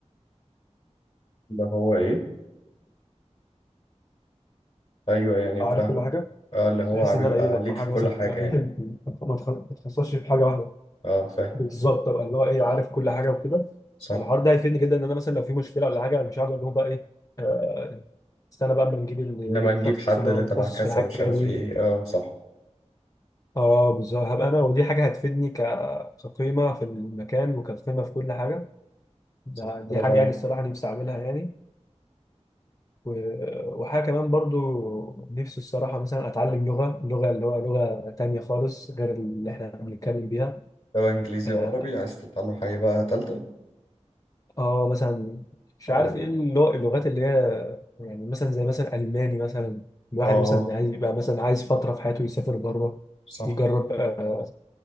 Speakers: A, on the left; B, on the left.
A: اللي هو إيه أيوه يعني
B: أبقى
A: فاهم
B: عارف كل حاجه
A: أه اللي هو
B: بحيث ان
A: بيبقى
B: انا ايه لما
A: ليك في
B: حاجه
A: كل
B: مثلا
A: حاجة
B: تبقى في-
A: يعني
B: ما أتخ- ما اتخصصش في حاجه واحده
A: أه فاهم
B: بالظبط ابقى اللي هو ايه عارف كل حاجه وكده
A: صح
B: فالحوار ده هيفيدني جدا ان انا مثلا لو في مشكله ولا حاجه انا مش هقعد اقول لهم بقى ايه آه، استنى بقى اما نجيب الشخص
A: انما نجيب حد
B: اللي
A: اللي
B: هو متخصص
A: تبع كذا
B: في الحاجه
A: مش عارف
B: دي
A: ايه اه صح
B: اه بالظبط هبقى انا ودي حاجه هتفيدني ك- كقيمه في المكان وكقيمه في كل حاجه ده
A: صح
B: دي
A: برافو
B: حاجه
A: عليك
B: يعني الصراحه نفسي اعملها يعني و- وحاجه كمان برضو نفسي الصراحه مثلا اتعلم لغه لغه اللي هو لغه تانية خالص غير اللي احنا بنتكلم بيها
A: سواء انجليزي
B: آه،
A: وعربي عايز تتعلم حاجة بقى تالتة
B: اه مثلا مش
A: تعلم
B: عارف
A: ايه
B: ايه اللو- اللغات اللي هي يعني مثلا زي مثلا الماني مثلا الواحد
A: اه
B: مثلا عايز يبقى مثلا عايز فتره في حياته يسافر بره
A: صح
B: يجرب آه،